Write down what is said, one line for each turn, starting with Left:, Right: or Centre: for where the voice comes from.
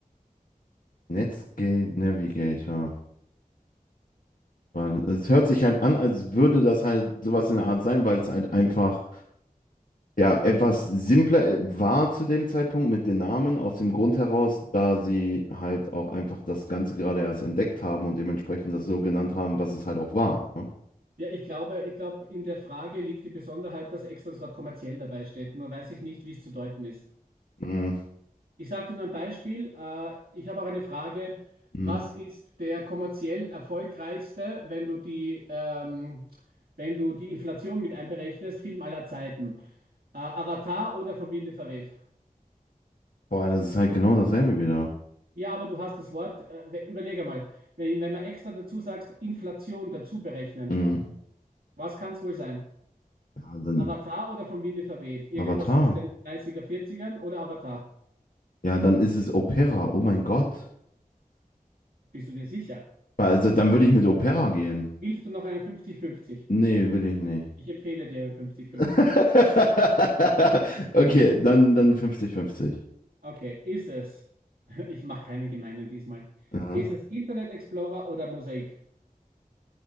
Left: Netscape Navigator. Weil es hört sich halt an, als würde das halt sowas in der Art sein, weil es halt einfach ja etwas simpler war zu dem Zeitpunkt mit den Namen, aus dem Grund heraus, da sie halt auch einfach das Ganze gerade erst entdeckt haben und dementsprechend das so genannt haben, was es halt auch war. Ne?
Right: Ja, ich glaube, ich glaube, in der Frage liegt die Besonderheit, dass extra das Wort kommerziell dabei steht. Nur weiß ich nicht, wie es zu deuten ist.
Left: Mhm.
Right: Ich sage dir nur ein Beispiel. Äh, ich habe auch eine Frage.
Left: Mhm.
Right: Was ist der kommerziell erfolgreichste, wenn du die, ähm, wenn du die Inflation mit einberechnest, Film aller Zeiten? Äh, Avatar oder vom Winde verweht?
Left: Boah, das ist halt genau dasselbe wieder.
Right: Ja, aber du hast das Wort. Äh, we- überleg einmal, wenn, wenn man extra dazu sagst, Inflation dazu berechnen,
Left: Mhm.
Right: was kann es wohl sein?
Left: Ja, dann
Right: Avatar oder vom Winde verweht? Irgendwas
Left: Avatar.
Right: aus den dreißiger er oder Avatar?
Left: Ja, dann ist es Opera. Oh mein Gott.
Right: Bist du dir sicher?
Left: Also dann würde ich mit Opera gehen.
Right: Willst du noch einen 50-50?
Left: Nee, will ich nicht.
Right: Ich empfehle dir einen 50-50.
Left: <laughs> Okay, dann, dann fünfzig fünfzig.
Right: Okay, ist es? <laughs> Ich mache keinen gemeinen diesmal.
Left: Ja.
Right: Ist es Internet Explorer oder Mosaik?